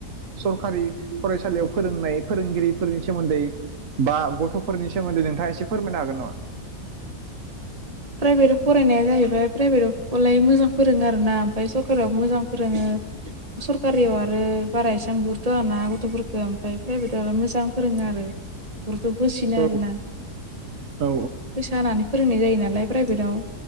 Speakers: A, on the right (about 60°); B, on the right (about 25°).
A: सरखारि फरायसालियाव फोरोंनाय फोरोंगिरिफोरनि सोमोन्दै बा गथ'फोरनि सोमोन्दै नोंथाङा एसे फोरमायनो हागोन नामा?
B: प्राइभेटआव फरायनाया जाहैबाय प्राइभेटआवलाय मोजां फोरोङो आरोोना ओमफ्राय सरकारियाव मोजां फोरोङो सरकारियाव आरो बारा एसां गुरुतआ ना गथ'फोरखौ ओमफ्राय प्राइभेटआव मोजां फोरोङो आरो। गुरत बोसिनो
A: औ
B: आरोना
A: औ
B: फैसा होनानानै फोरोंनाय जायो नालाय प्राइभेटाव